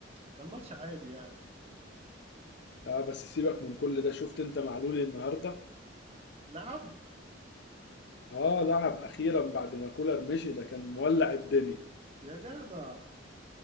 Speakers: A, on the right (about 30°); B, on the left (about 60°).
A: كان ماتش عادي يعني
B: اه بس سيبك من كل ده شفت انت معلول النهارده
A: لعب
B: اه لعب اخيرا بعد ما كولر مشي ده كان مولع الدنيا
A: يا جدع